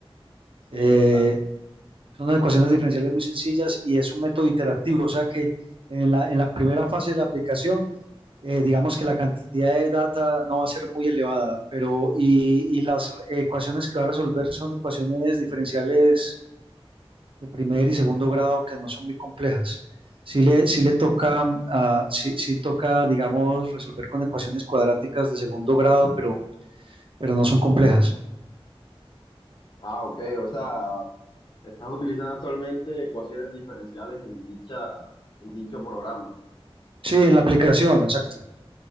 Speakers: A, on the left (about 50°); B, on the right (about 60°).
A: Sí,
B: eh,
A: exacto.
B: Son ecuaciones diferenciales muy sencillas y es un método iterativo, o sea que en la, en la primera fase de la aplicación, eh, digamos que la cantidad de data no va a ser muy elevada, pero y, y las ecuaciones que va a resolver son ecuaciones diferenciales de primer y segundo grado que no son muy complejas. Sí le, sí le toca, ah, sí, sí toca, digamos, resolver con ecuaciones cuadráticas de segundo grado, pero, pero no son complejas.
A: Ah, ok, o sea, estás utilizando actualmente ecuaciones diferenciales en dicha, en dicho programa.
B: Sí, en la aplicación, exacto.